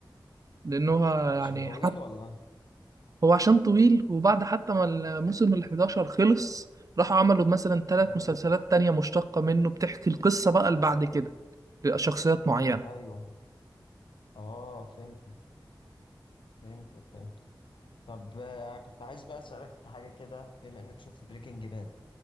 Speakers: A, on the right; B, on the left.
A: لانه
B: عشان
A: يعني
B: طويل ولا
A: هو عشان طويل وبعد حتى ما الموسم ال 11 خلص راحوا عملوا مثلا ثلاث
B: امم
A: مسلسلات تانية مشتقة منه بتحكي القصة بقى اللي بعد كده لشخصيات معينة
B: ايوه اه فهمتك فهمتك فهمت طب آه، كنت عايز بقى اسالك في حاجه كده بما انك شفت بريكنج باد